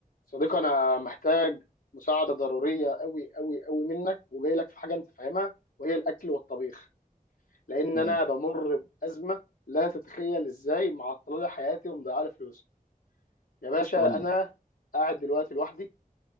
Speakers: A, on the left (about 75°); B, on the right (about 60°).
A: صديقي انا محتاج مساعده ضروريه قوي قوي قوي منك وجاي لك في حاجه انت فاهمها وهي الاكل والطبيخ لان
B: اه
A: انا بمر بازمه لا تتخيل ازاي معطله لي حياتي ومضيعه لي فلوسي يا باشا
B: قول
A: انا
B: لي
A: قاعد دلوقتي لوحدي